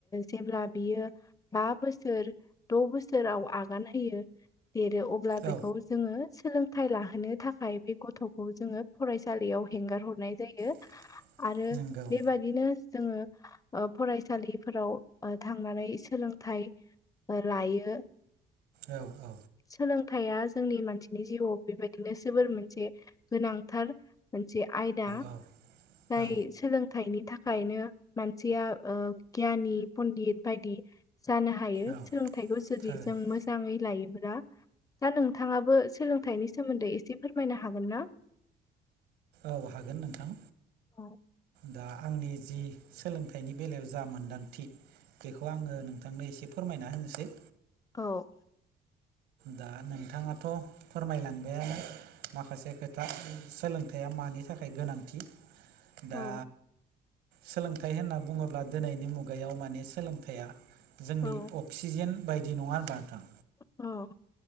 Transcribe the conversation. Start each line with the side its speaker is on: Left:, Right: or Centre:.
Left: जेब्ला बियो बा बोसोर द' बोसोराव आगान होयो देरो अब्ला बेखौ
Right: औ
Left: जोङो सोलोंथाइ लाहोनो थाखाय बे गथ'खौ जोङो फरायसालियाव हेंगार हरनाय जायो
Right: <inaudible>
Left: आरो
Right: नंगौ
Left: बेबायाददिनो जोङो फरायसालिफोराव थांनानै सोलोंथाइ लायो
Right: औ औ
Left: सोलों थाया जोंनि मानसिनि जिउआव बेबायदिनो जोबोर मोनसे गोनांथार मोनसे आयदा
Right: औ
Left: जाय
Right: औ
Left: सोलों फिथाइनि थाखायनो मानसिया गियानि पन्डत बायदि जानो हायो
Right: औ
Left: सोलोंथाइखौ जुदि
Right: थारैनो
Left: जों मोजाङै लायोब्ला दा नोंथाङाबो सोलोंथाइनि सोमोन्दै एसे फोरमायनो हागोन ना
Right: औ हागोन नोंथां
Left: औ
Right: दा आंनि जि सोलोंथाइनि बेलायाव जा मोनदांथि बेखौ आङो नोंथांनो एसे फोरमायना होनोसै
Left: औ
Right: दा नोंथाङाथ' फोरमायलांबाय आानो माखासे खोथा सोलों खोथाया मानि थाखाय गोनांथि
Left: औ
Right: दा सोलोंथाइ होनना बुङोब्ला दिनैनि मुगायाव माने सोलोंथाइया जोंनि
Left: औ
Right: अक्सिजेन बायदि नङा होनबा नोंथां
Left: औ